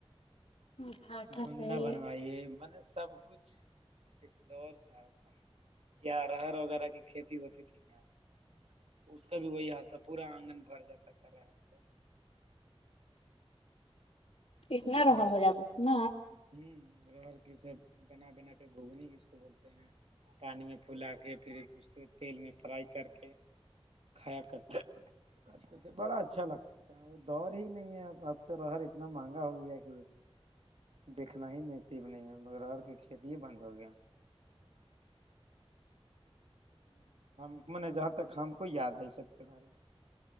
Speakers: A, on the left; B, on the right.
A: گھاٹا
B: بھونجنا
A: صحیح
B: بنوائیے
A: ہے
B: مل سب کچھ ایک دور تھا یا رر وغیرہ کی کھیتی ہوتی تھی یہاں تو اس کا بھی وہی حال تھا پورا آنگن بھر جاتا تھا رر سے
A: ٹھیک
B: رہر
A: نہ رہ ہو جگ ن
B: ہوں رر کی سب بنا بنا کے گھگنی کی اس کو بولتے ہیں پانی میں پولا کے پھر اس کو تیل میں فرائی کر کے خرا کرتی کرتے تھ بڑا اچھا لگتا تھا وہ دور ہی نہیں ہے ا اب تو رہر اتنا مہنگا ہو گیا کہ دیکھنا ہی نصیب نہیں ہے مگر ہر کی کھیتی ہی بند ہو گیا ہم م نے جہاں تک ہم کو یاد ہے یہ سب کے بارے میں